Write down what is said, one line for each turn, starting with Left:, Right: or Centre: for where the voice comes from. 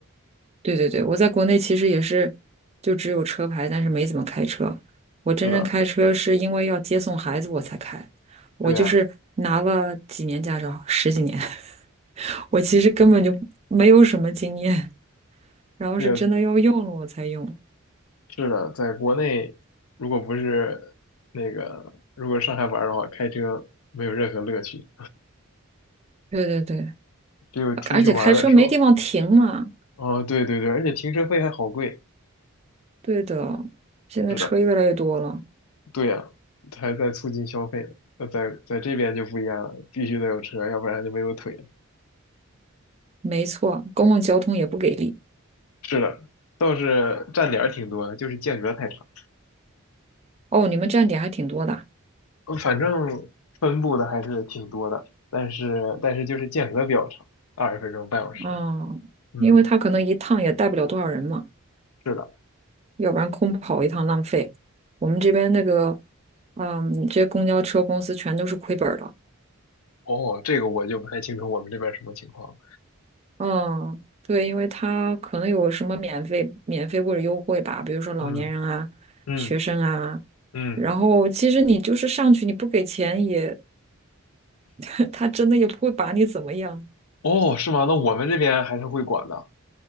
Right: 对对对，我在国内其实也是，就只有车牌，但是没怎么开车。我真正开车是因为要接送孩子我才开，
Left: 是的，
Right: 我就是拿了几年驾照，
Left: 对呀，
Right: 十几年，<laughs> 我其实根本就没有什么经验，然后是真的要用了我才用。
Left: 对呀，是的，在国内如果不是那个，如果上下班儿的话，开车没有任何乐趣，
Right: 对对对，
Left: 只有出去玩儿的时候。
Right: 而且开车没地方停嘛。
Left: 哦，对对对，而且停车费还好贵。
Right: 对的，现在车越来越多了。
Left: 是的，对呀，还在促进消费呢。那在在这边就不一样了，必须得有车，要不然就没有腿。
Right: 没错，公共交通也不给力。
Left: 是的，倒是站点儿挺多的，就是间隔太长。
Right: 哦，你们站点还挺多的啊。
Left: 嗯反正分布的还是挺多的，但是但是就是间隔比较长，二十分钟半小时。
Right: 哦因为他可能一趟也带不了多少人嘛，
Left: 嗯，是的。
Right: 要不然空跑一趟浪费。我们这边那个，嗯，这些公交车公司全都是亏本儿的。
Left: 哦，这个我就不太清楚我们这边什么情况。
Right: 嗯，对，因为他可能有什么免费、免费或者优惠吧，比如说老年人啊、
Left: 嗯嗯
Right: 学生啊。
Left: 嗯，
Right: 然后其实你就是上去你不给钱也，<laughs> 他真的也不会把你怎么样，
Left: 哦，是吗？那我们这边还是会管的，